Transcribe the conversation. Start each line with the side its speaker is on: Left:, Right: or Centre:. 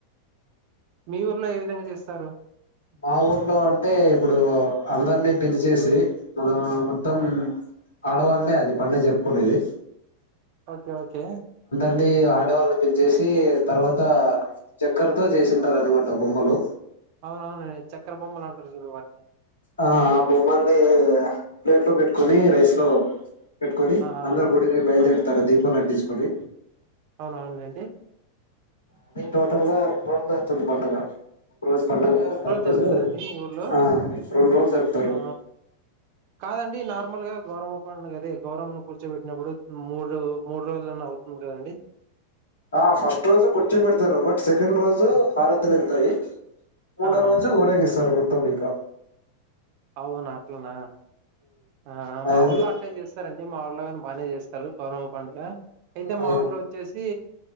Right: మీ ఊర్లో ఏ విధంగా చేస్తారు
Left: మా ఊర్లో అంటే ఇప్పుడు అందరినీ పిల్లిచేేసి మం మొత్తం
Right: ఓ-
Left: ఆడవాళ్ళలే అది పడుగ జరుపుకునేది
Right: ఓకే ఓకే
Left: అన్ని ఆడవాళ్ళని పెంచేసి తర్వాత చక్కర్తో చేసింటారు అనమాట బొమ్మలు
Right: అవునవునండి చక్కర బొమ్మలు అంటారు చూడవాటిని
Left: ఆ ఆ బొమ్మల్ని ప్లేట్ లో పెట్ పెట్టుకొని రైస్ లో పెట్టుకొని
Right: ఆ అవును
Left: అందరు గుడికి బయలుదేరతారు
Right: ఆ
Left: దీపాలు అటించుకొని
Right: అవునవునులేండి
Left: అదే టోటల్ గా రెండు రోజులు అవుతుంది పండుగ ఒక రోజు పడుగ రెండు రోజులు
Right: జరుపుతారండి మీ ఊర్లో
Left: ఆ రెండు రోజులు జరుపుతారు
Right: ఆ కాదండి నార్మల్ గా గౌరవ పండుగదే గౌరవను కూర్చోబెట్టినప్పుడు మూడు మూడు రోజులన్నా అవుతుంది కదండి
Left: ఆ ఫస్ట్ రోజు కుర్చుబడత ారు బట్ సెకెండ్ రోజు హారత్లి ఇర్తాయి మూటో
Right: అవునవునులేండి
Left: రోజు ఊరేగిస్తారు మొత్తం ఇంక
Right: అవు నాట్లానా ఆ మా
Left: అది
Right: ఊళ్ళ అట్టే చేస్తారంండి మా ఊర్లో ని బాగానే చేస్తారు కౌరమ పండుగ అయితే
Left: ఆ
Right: మా ఊర్లో వచ్చేసి